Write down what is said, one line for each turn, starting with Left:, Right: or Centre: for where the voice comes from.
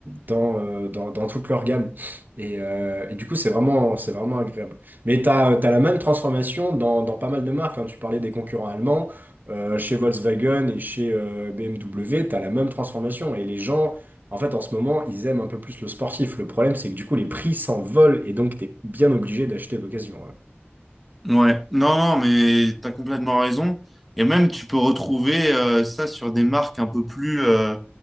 Right: dans, euh, dans, dans toute leur gamme. Et, euh, et du coup, c'est vraiment, c'est vraiment agréable. Mais tu as, la même transformation dans, dans pas mal de marques. hein. Tu parlais des concurrents allemands. euh, chez Volkswagen et chez euh, BMW, tu as la même transformation. Et les gens, en fait, en ce moment, ils aiment un peu plus le sportif. Le problème, c'est que du coup, les prix s'envolent et donc tu es bien obligé d'acheter d'occasion. ouais.
Centre: Ouais, non, non, mais t'as complètement raison. Et même, tu peux retrouver euh, ça sur des marques un peu plus euh,